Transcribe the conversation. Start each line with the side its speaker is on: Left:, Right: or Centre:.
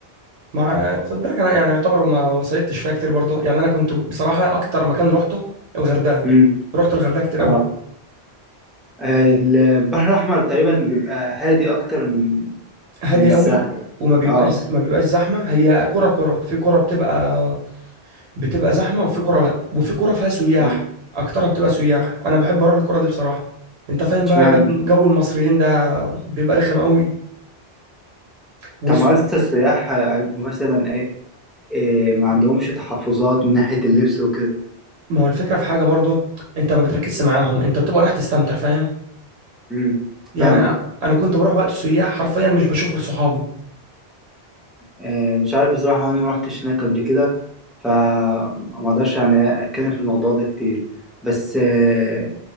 Right: مع آه، خد بالك انا يعني يعتبر ما ما صيدتش فيها كتير برضه يعني انا كنت بصراحه اكتر مكان رحته الغردقه
Centre: امم
Right: رحت الغردقه كتير
Centre: اه
Right: قوي
Centre: البحر الاحمر تقريبا بيبقى هادي اكتر من
Right: هادي
Centre: من الساحل
Right: قوي وما بيبقاش
Centre: اه
Right: ما بيبقاش زحمه هي كره كره في كره بتبقى بتبقى زحمه وفي كره لا وفي كره فيها سياح
Centre: مم.
Right: اكترها بتبقى سياح انا بحب اروح الكره دي بصراحه انت فاهم بقى
Centre: اشمعنى
Right: جو جو المصريين ده بيبقى رخم قوي والسوي
Centre: طب ممارسة السياح آه، مثلا ايه, إيه ما عندهمش تحفظات من ناحية اللبس وكده
Right: ما هو الفكره في حاجه برضه انت ما بتركزش معاهم انت بتبقى رايح تستمتع فاهم
Centre: امم
Right: يعني
Centre: فاهمك
Right: أ- انا كنت بروح وقت السياح حرفيا مش بشوف غير صحابي
Centre: إيه مش عارف بصراحة وانا ما روحتش هناك قبل كده فما اقدرش يعني اتكلم في الموضوع ده كتير بس إيه